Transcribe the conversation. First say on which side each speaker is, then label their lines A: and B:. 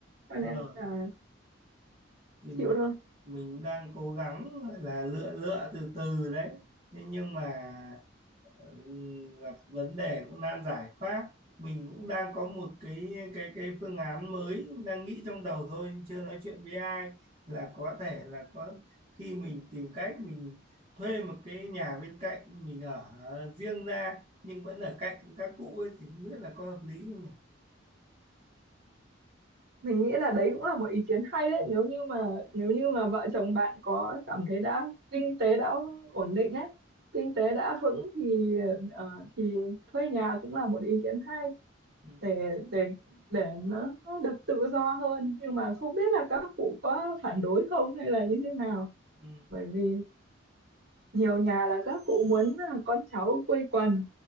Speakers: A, on the right (about 55°); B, on the right (about 30°).
A: cho
B: đúng
A: nên
B: rồi
A: là
B: thì mình
A: chịu thôi
B: mình đang cố gắng gọi là lựa lựa từ từ đấy thế nhưng mà ừm, gặp vấn đề cũng nan giải quá mình cũng đang có một cái cái cái phương án mới đang nghĩ trong đầu thôi chưa nói chuyện với ai là có thể là có khi mình tìm cách mình thuê một cái nhà bên cạnh mình ở riêng ra nhưng vẫn ở cạnh các cụ ấy thì không biết là có hợp lý không nhỉ
A: mình nghĩ là đấy cũng là một ý kiến hay đấy nếu như mà nếu như mà vợ chồng bạn có cảm thấy đã kinh tế đã ổn định ấy kinh tế đã vững thì ờ, thì thuê nhà cũng là một ý kiến hay
B: ừ.
A: để để để nó, nó được tự do hơn nhưng mà không biết là các cụ có phản đối không hay là như thế nào
B: Ừ.
A: bởi vì nhiều nhà là các cụ muốn là con cháu quây quần